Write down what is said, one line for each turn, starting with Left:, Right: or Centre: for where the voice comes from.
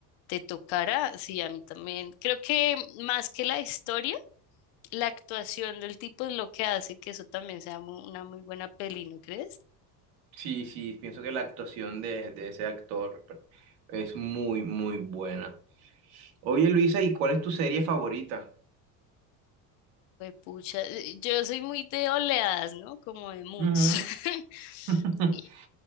Left: te tocará, sí, a mí también. Creo que mm, más que la historia, la actuación del tipo es lo que hace que eso también sea mu- una muy buena peli, ¿no crees?
Right: Sí, sí, pienso que la actuación de, de ese actor es muy, muy buena. Oye, Luisa, ¿y cuál es tu serie favorita?
Left: pucha, eh, yo soy muy de oleadas, ¿no? Como de moods.
Right: Ujú.
Left: <laughs>
Right: <laughs>
Left: Y-